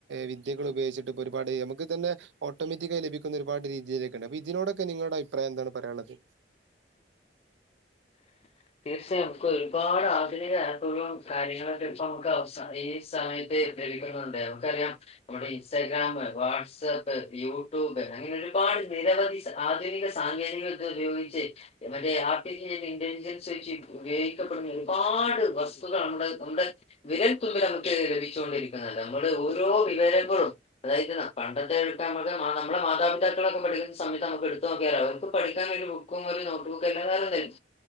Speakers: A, on the right; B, on the left.
A: വിദ്യകൾ ഉപയോഗിച്ചിട്ട് ഒരുപാട് നമുക്ക് തന്നെ ഓട്ടോമാറ്റിക്കായി ലഭിക്കുന്ന ഒരുപാട് രീതിയിലേക്ക ഉണ്ട് അപ്പൊ ഇതിനോടൊക്കെ നിങ്ങളുടെ അഭിപ്രായം എന്താണ് പറയാനുള്ളത്
B: <inaudible> തീർച്ചയായും നമുക്ക് ഒരുപാട് ആധുനിക ആപ്പുകളും കാര്യങ്ങളക്കെ ഇപ്പം നമുക്ക് അവ സമയത്ത് ലഭിക്കുന്നുണ്ട് നമുക്കറിയാം നമ്മുടെ ഇൻസ്റ്റാഗ്രാം വാട്സ്ആപ്പ് യൂട്യൂബ് അങ്ങനെ ഒരുപാട് നിരവധി ആധുനിക സാങ്കേതികൾ ഉപയോഗിച്ച് മറ്റേ ആ ഇന്റലിജൻ അനുസരിച് ഉപയോഗിക്കപ്പെടുന്ന ഒരുപാട് വസ്തുക്കൾ നമ്മുടെ നമ്മുടെ വിരൽ തുമ്പിൽ നമുക്ക് ലഭിച്ചു കൊണ്ടിരിക്കുന്നത് ഓരോ വിവരങ്ങളും അതായത് പണ്ടത്തെ എക്കാ ന നമ്മളെ മാതാപിതാക്കള പഠിക്കുന്ന സയത്ത് നമുക്ക് എടുത്തു നോക്കിയാൽ അവർക്കും പഠിക്ക ഒരു ബുക്കും ഒരു നോട്ട് ബുക്കും അല്ലാദേ വേറെ എന്ധെലും